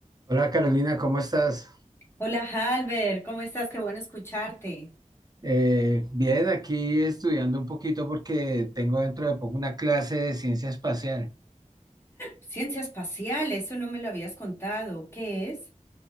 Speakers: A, on the right; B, on the left.
A: Hola Carolina, ¿cómo estás?
B: Hola, Halber, ¿cómo estás? Qué bueno escucharte.
A: Eh, bien, aquí estudiando un poquito porque tengo dentro de poco una clase de ciencia espacial.
B: Ciencia espacial, eso no me lo habías contado. ¿Qué es?